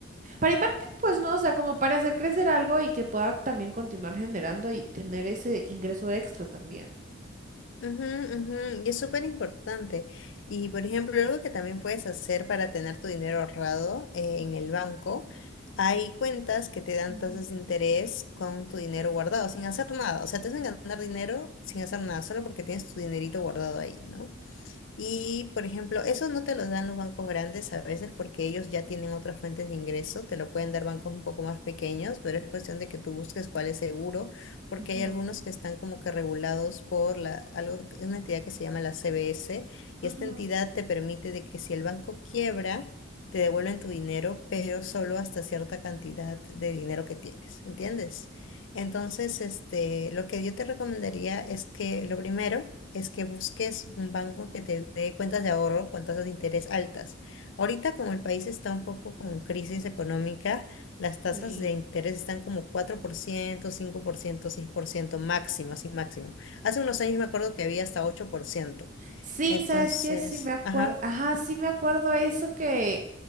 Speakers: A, on the right; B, on the left.
A: para invertir, pues no, o sea, como para hacer crecer algo y que pueda también continuar generando y tener ese ingreso extra también.
B: Ujú, ujú, Y es súper importante. Y por ejemplo, algo que también puedes hacer para tener tu dinero ahorrado eh, en el banco, hay cuentas que te dan
A: Ujú,
B: tasas de interés con tu dinero guardado, sin hacer nada. O sea, te hacen ganar dinero sin hacer nada, solo porque tienes tu dinerito guardado ahí, ¿no? Y, por ejemplo, eso no te lo dan los bancos grandes a veces porque ellos ya tienen otras fuentes de ingreso, te lo pueden dar bancos un poco más pequeños, pero es cuestión de que tú busques cuál es seguro, porque
A: ujú,
B: hay algunos que están como que regulados por la, algo, es una entidad que se llama la CBS, y
A: ujú.
B: esta entidad te permite de que si el banco quiebra, te devuelven tu dinero, pero solo hasta cierta cantidad de dinero que tienes, ¿entiendes? Entonces, este, lo que yo te recomendaría es que lo primero es que busques un banco que te dé cuentas de ahorro con tasas de interés altas. Ahorita, como el país está un poco con crisis económica, las tasas
A: Y-
B: de interés están como cuatro por por ciento, ciento, cinco por ciento, seis por ciento máximo, así máximo. Hace unos años me acuerdo que había hasta ocho por ciento.
A: Sí,
B: Entonces,
A: ¿sabes qué? Sí me acuerdo,
B: ajá,
A: ajá, sí me acuerdo eso que